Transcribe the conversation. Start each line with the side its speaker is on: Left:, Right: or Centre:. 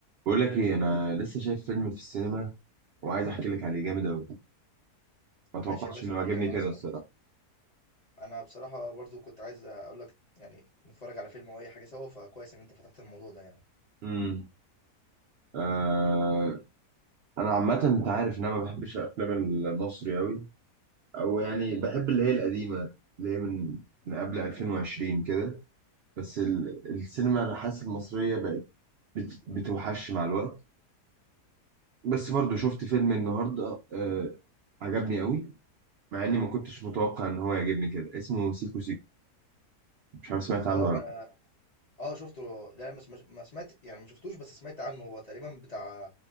Right: بقول لك ايه انا لسه شايف فيلم في السينما وعايز احكي لك عليه جامد قوي ما توقعتش
Left: ماشي يا باشا
Right: انه
Left: احكي
Right: عجبني
Left: لي انا
Right: كده
Left: اصلا
Right: الصراحه
Left: انا بصراحه برضو كنت عايز اقول لك يعني نتفرج على فيلم او اي حاجه سوا فكويس ان انت فتحت الموضوع ده يعني
Right: امم آه انا عامه انت عارف ان انا ما بحبش الافلام المصري قوي او يعني بحب اللي هي القديمه اللي هي من من قبل 2020 كده بس ال- السينما انا حاسس المصريه بقت بت- بتوحش مع الوقت بس برضو شفت فيلم النهارده آه عجبني قوي مع اني ما كنتش متوقع ان هو يعجبني كده اسمه سيكو سيكو مش عارف سمعت عنه
Left: اه
Right: ولا لا
Left: ده اه شفته لا ما سم- ما سمعت يعني ما شفتوش بس سمعت عنه هو تقريبا بتاع